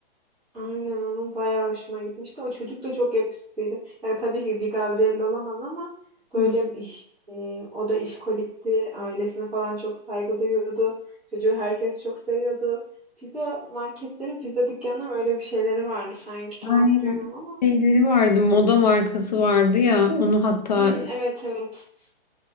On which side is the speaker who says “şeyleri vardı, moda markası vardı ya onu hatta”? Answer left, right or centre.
Left